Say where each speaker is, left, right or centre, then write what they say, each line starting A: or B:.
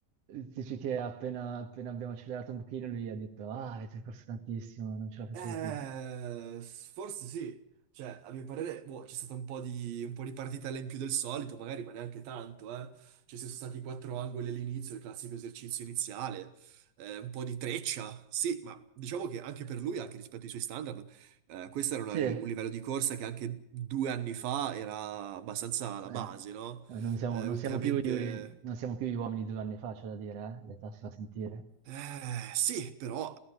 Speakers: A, on the right (about 55°); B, on the right (about 85°).
A: dici che appena, appena abbiamo accelerato un pochino lui ha detto, ah, avete corso tantissimo, non ce la facevo
B: Eh,
A: più.
B: forse sì. Cioè, a mio parere, boh, c'è stata un po' di, un po' di partitella in più del solito, magari, ma neanche tanto, eh. Cioè, ci sono stati quattro angoli all'inizio, il classico esercizio iniziale, eh, un po' di treccia, sì, ma diciamo che anche per lui, anche rispetto ai suoi standard, eh, questo era una-
A: Sì.
B: un livello di corsa che anche due anni fa era abbastanza la base,
A: Eh,
B: no?
A: cioè, non siamo,
B: Eh,
A: non
B: ultimamente.
A: siamo più, gli- non siamo più gli uomini di due anni fa, c'è da dire, eh? L'età si fa sentire.
B: Eh, sì, però